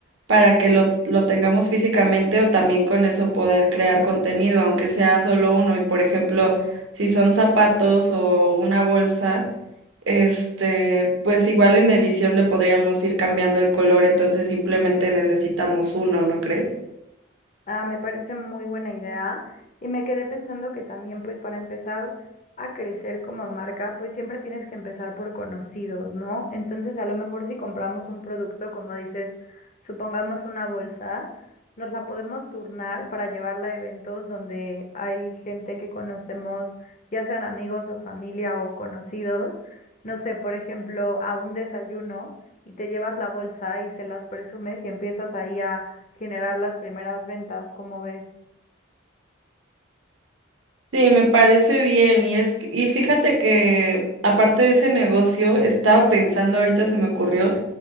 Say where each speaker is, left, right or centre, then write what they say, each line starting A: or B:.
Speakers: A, on the right (about 80°); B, on the left (about 40°).
A: para que lo, lo tengamos físicamente o también con eso poder crear contenido, aunque sea solo uno. Y por ejemplo, si son zapatos o una bolsa, este, pues igual en edición le podríamos ir cambiando el color, entonces simplemente necesitamos uno, ¿no crees?
B: Ah, me parece muy buena idea y me quedé pensando que también pues para empezar a crecer como marca pues siempre tienes que empezar por conocidos, ¿no? Entonces a lo mejor si compramos un producto, como dices, supongamos una bolsa, nos la podemos turnar para llevarla a eventos donde hay gente que conocemos, ya sean amigos o familia o conocidos, no sé, por ejemplo, a un desayuno y te llevas la bolsa y se las presumes y empiezas ahí a generar las primeras ventas, como ves.
A: Sí, me parece bien y es que- y fíjate que aparte de ese negocio estaba pensando ahorita se me ocurrió